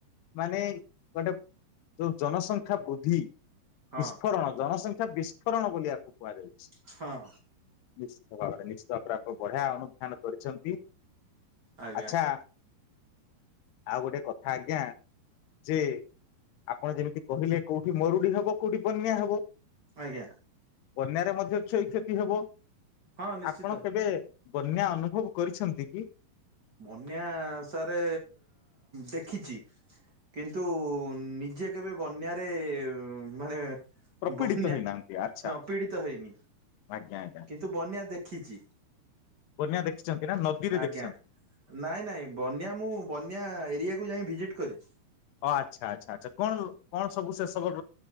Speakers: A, on the left; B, on the right.
A: ମାନେ ଗୋଟେ ଯୋଉ ଜନସଂଖ୍ୟା ବୃଦ୍ଧି
B: ହଁ
A: ବିସ୍ଫୋରଣ ଜନସଂଖ୍ୟା ବିସ୍ଫୋରଣ ବୋଲି ଆକୁ କୁହାଯାଇଚି।
B: ହଁ।
A: ନିଶ୍ଚିତ ଭାବରେ ନିଶ୍ଚିତ ଭାବରେ ବଢିଆ ଅନୁଧ୍ୟାନ କରିଛନ୍ତି
B: ଆଜ୍ଞା
A: ଆଚ୍ଛା। ଆଉ ଗୋଟେ କଥା ଆଜ୍ଞା। ଯେ ଆପଣ ଯେମିତି କହିଲେ କୋଉଠି ମରୁଡି ହବ କୋଉଠି ବନ୍ୟା ହବ
B: ଆଜ୍ଞା।
A: ବନ୍ୟାରେ ମଧ୍ୟ କ୍ଷୟ କ୍ଷତି ହେବ
B: ହଁ ନିଶ୍ଚିତ।
A: ଆପଣ କେବେ ବନ୍ୟା ଅନୁଭବ କରିଛନ୍ତି କି?
B: ବନ୍ୟା ସାରେ ଦେଖିଛି। କିନ୍ତୁ ନିଜେ କେବେ ବନ୍ୟାରେ ମାନେ
A: ପ୍ରପୀଡିତ
B: ବନ୍ୟା
A: ହେଇନାହାନ୍ତି ଆଚ୍ଛା
B: ହଁ ପୀଡ଼ିତ ହେଇନି
A: ଆଜ୍ଞା ଆଜ୍ଞା
B: କିନ୍ତୁ ବନ୍ୟା ଦେଖିଛି।
A: ବନ୍ୟା ଦେଖିଛନ୍ତି ନା ନଦୀରେ
B: ଆଜ୍ଞା।
A: ଦେଖିଛନ୍ତି।
B: ନାଇଁ ନାଇଁ ବନ୍ୟା ମୁଁ ବନ୍ୟା ଏରିଆକୁ ଯାଇ ଭିଜିଟ୍ କରିଛି।
A: ଅ- ଆଚ୍ଛା -ଆଚ୍ଛା- ଆଚ୍ଛା -କଣ, କଣ ସବୁ ସେ ସବ